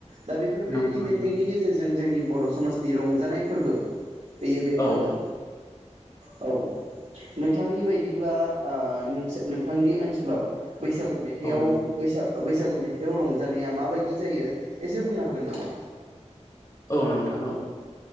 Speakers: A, on the right; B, on the left.
A: दा बेफोरबायदि
B: नंगौ नोंथां
A: मेथाइनि गेजेरजों जोंनि बर समाजनि रंजानाय फोरबो बेयो बेरखाङो
B: औ
A: औ। नोंथांनि बायदिब्ला ओ नोंसो नोंथांनि ओनसोलाव बैसागु मेथाइआव
B: औ नोंथां
A: बैसा बैसागु मेथाइआव रंजानाया माबायदि जायो एसे बुंनो हागोन नामा?
B: औ नोंथां औ।